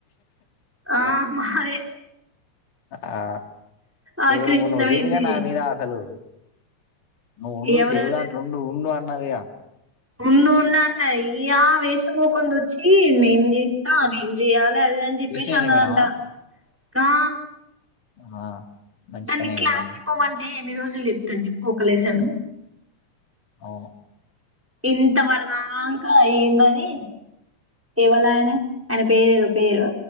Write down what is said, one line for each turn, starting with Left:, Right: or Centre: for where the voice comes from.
Centre: ఆ మాదే
Left: ఆ
Centre: ఆ
Left: ఏఓ
Centre: కృష్ణవేణిది
Left: రైనా నా
Centre: చేసిర్రు
Left: మీద అశలు నువ్ ఉండు
Centre: ఎవరెవరు
Left: తెలుగుదంట్లో ఉండు ఉండు అనీ ఉన్నదిగా
Centre: ఉండు ఉండు అన్నది ఇయా వేస్ట్ మోకంది వచ్చి నేన్ చేస్తా నేన్ చెయ్యాల్ అదిఇది అన్ జె
Left: కృష్ణవేణి
Centre: ప్పేసి అన్నదంటా
Left: మేడమా
Centre: ఆ
Left: ఆ మంచి
Centre: దాన్ని
Left: పని అయింది
Centre: క్లాస్
Left: కానీ
Centre: పోమంటే ఎన్ని రోజులు చెప్తా చె పోకలేశాను
Left: అవును
Centre: ఇంత వరదా ఏంద అది ఇవళ ఆయన ఆయన పేరు ఏదో పేరు